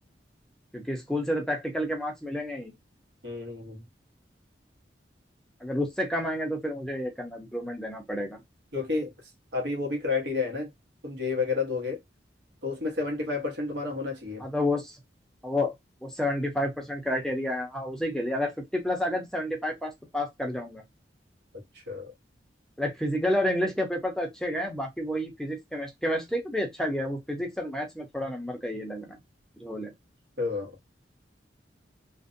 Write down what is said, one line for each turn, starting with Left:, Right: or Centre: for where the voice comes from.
Centre: क्योंकि स्कूल से तो प्रैक्टिकल के मार्क्स मिलेंगे ही
Right: हम्म हम्म, हम्म।
Centre: अगर उससे कम आएंगे तो फिर मुझे ये करना इम्प्रूवमेंट देना पड़ेगा
Right: जो कि अभी वो भी क्राइटेरिया है ना तुम जेई वगैरह दोगे तो उसमें सेवेंटी फाइव परसेंट तुम्हारा होना चाहिए
Centre: मतलब वो वो वो सेवेंटी फाइव परसेंट क्राइटेरिया है हाँ उसी के लिए अगर फिफ्टी प्लस आ गया तो सेवेंटी फाइव पास तो पास कर जाऊंगा
Right: अच्छा
Centre: लाइक फिजिकल और इंग्लिश के पेपर तो अच्छे गए बाकी वही फिजिक्स केमिस्ट्री केमिस्ट्री का भी अच्छा गया है, वो फिजिक्स और मैथ्स में थोड़ा नंबर का ये लग रहा है झोल है
Right: अच्छा